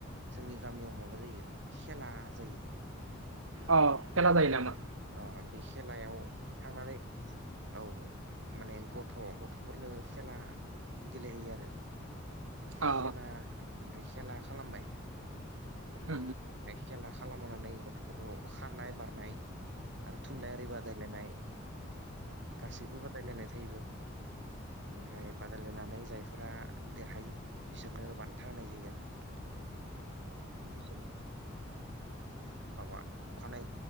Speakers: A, on the right (about 60°); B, on the right (about 85°).
A: जोंनि गामियाव माबा जायो खेला जायो।
B: अ खेला जायो नामा?
A: अ बे खेलायाव थांनानै औ। माने गथ' गथ'फोरनो खेला गेलेहैयो आरो खेला
B: अ
A: फ्राय खेला खालामबाय
B: अ
A: खेला खालामहानै गथ'फोरखौ खारनाय बारनाय आरो थुनलाइारि बादायलायनाय गासैबो बादायलायनाय थायो बेयाव ओमफ्राय बादायलायनानै जायफोरा देरहायो बिसोरनो बान था होनाय जायो आरो बिसोरनो माबा अखानायै